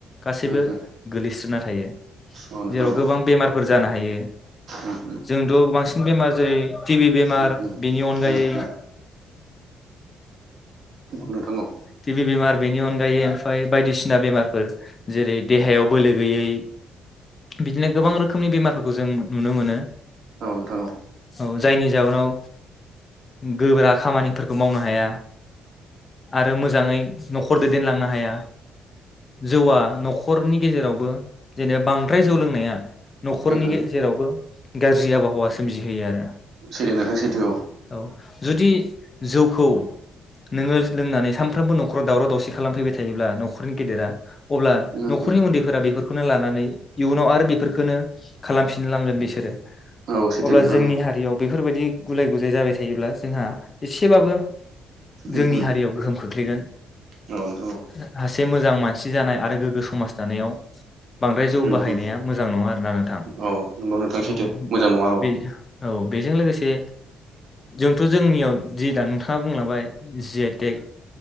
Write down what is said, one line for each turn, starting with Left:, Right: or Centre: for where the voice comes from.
Left: गासैबो
Right: उम उम
Left: गोलैस्रोना थायो
Right: औ नोंथां
Left: जेराव
Right: औ
Left: गोबां बेमारफोर जानो हायो
Right: उम उम
Left: जोंथ' बांसिन बेमार जेरै टिभि बेमार
Right: उम औ नोंथां औ उम औ नोंथां औ नोंथां औ उम
Left: बेनि अनगायै
Right: उम उम नोंथां औ।
Left: टिभि बेमार बेनि अनगायै ओमफाय बायदिसिना बेमारफोर जेरै देहायाव बोलो गैयै बिदिनो गोबां रोखो खोमनि बेमारफोरखौ जों नुनो मोनो।
Right: औ नोंथां औ।
Left: औ जायनि जाउनाव गोब्रा खामानिफोरखौ मावनो हाया। आरो मोजाङै। न'खर दैदेनलांनो हाया। जौवआ न'ख हरनि गेजेरावबो जेनेबा बांद्राय जौ लोंनाया न'खरनि
Right: उम
Left: गेजेरावबो गाज्रि आबहावा सोमजिहोयो आरो
Right: सैथो नोंथां सैथो
Left: औ। जुदि जौखौ नोङो लोंनानै सानफ्रोमबो न'खराव दावराव दावसि खालामफैबाय थायोब्ला न'खरनि गेदेरा। अब्ला
Right: उम
Left: न'खरनि
Right: उम
Left: उन्दैफोरा बेफोर खौनो लानानै इयुनाव आरो बेफोरखोनो खालामफिन फिनलांगोन बिसोरो
Right: औ सैथो
Left: अब्ला
Right: नोंथां
Left: जोंनि
Right: औ
Left: हारियाव बेफोरबायदि गुलाय गुजाय जाबाय थायोब्ला जोंहा एसेब्लाबो
Right: उम
Left: जोंनि
Right: उम
Left: हारियाव गोहोम खोख्लै ख्लैगोन
Right: औ नोंथां औ
Left: <unintelligible> मोजां मानसि जानाय आरो गोग्गो समाज जानायाव बांद्राय जौ
Right: उम
Left: बाहायनाया
Right: उम
Left: मोजां नङा आरोना नोंथां
Right: औ नंगौ नोंथां सैथो
Left: औ
Right: मोजां नङा औ
Left: बे औ बेजों लोगोसे जोंथ' जोंनियाव जि दा नोंथाङा बुंलाबाय जि आइ टेक